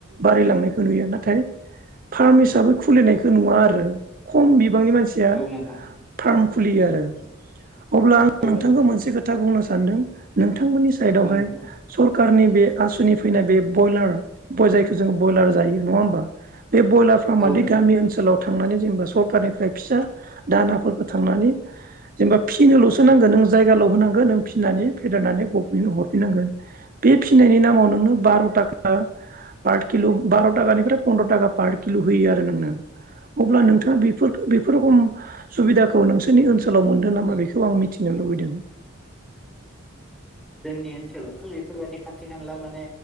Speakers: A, on the right; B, in the centre.
A: बारायलांनायखौ नुयो नाथाय फार्म हिसाबै खुलिनायखो नुवा आरो खम बिब बिबांनि मानसिया
B: औ नोंथां
A: फार्म खुलियो आरो। अब्ला आं
B: औ
A: नोंथांखौ
B: नोंथां
A: मोनसे खोथा बुंनो स सानदों नोंथांमोन सायेदावहाय
B: बुं नोंथां
A: सरखारनि बे आसुनि फैनाय बे बयलार बय जायखौ जों बयलार जायो नङा होमबा। बे बयलार फार्माआदि
B: औ नोंथां
A: गामि ओनसोलाव थांनानै जेनेबा सखारनिफ्राय फिसा दानाफोरखो थांनानै जेनबा फिनोल'सो नांगो नों जायगाल' होनांगो नों फिसिनानै फेदेरनानै गफ मेन्टनो हरफिननांगो बे फिसिनायनि नामाव नोंनो बार' थाखा पार किल' बार' थाखानिफ्राय फन्द्र' थाखा पार किल' होयो आरो नोंनो अब्ला नोंथाङा बिफोरखो बिफोर सुबिदाखौ नोंसोरनि ओनसोलाव मोनदों नामा बेखौ आं मिथिनो लुबैदों।
B: जोंनि ओनसोलावथ' बेफोरबादि खाथि खाला माने